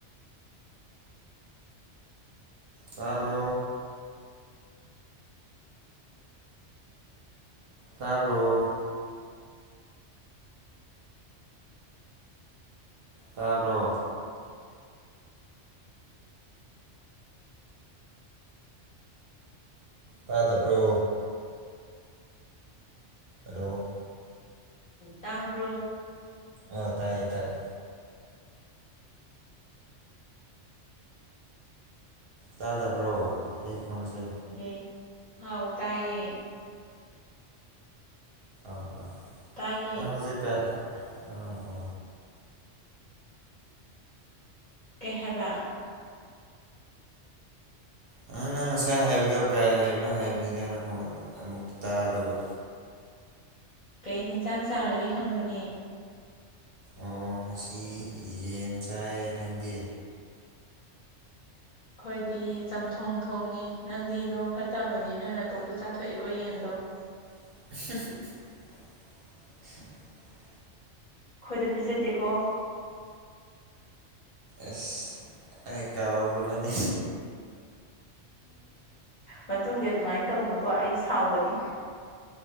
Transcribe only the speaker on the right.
ꯇꯥꯕꯣ ꯇꯥꯕ꯭ꯔꯣ ꯇꯥꯕ꯭ꯔꯣ ꯇꯥꯗꯕ꯭ꯔꯣ ꯍꯂꯣ
ꯑꯣ ꯇꯥꯏꯌꯦ ꯇꯥꯏꯌꯦ ꯇꯥ ꯇꯕ꯭ꯔꯣ ꯑꯩ ꯈꯣꯟꯁꯦ
ꯑ ꯑ
ꯑ ꯍꯧꯖꯤꯛꯀ ꯑꯥ ꯑ
ꯅꯪ ꯅꯪ ꯉꯁꯥꯏ ꯍꯥꯏꯕꯗꯣ ꯀꯥꯏ ꯍꯥꯏꯕꯅꯣ ꯍꯥꯏꯕꯅꯤꯗ ꯑꯩꯅ ꯐꯣꯟ ꯑꯃꯨꯛ ꯇꯥꯗꯕ
ꯑꯣ ꯉꯁꯤ ꯌꯦꯟ ꯆꯥꯏ ꯅꯪꯗꯤ
<inaudible>
ꯑꯁ ꯑꯩ ꯀꯒ꯭ꯔꯕꯅꯦ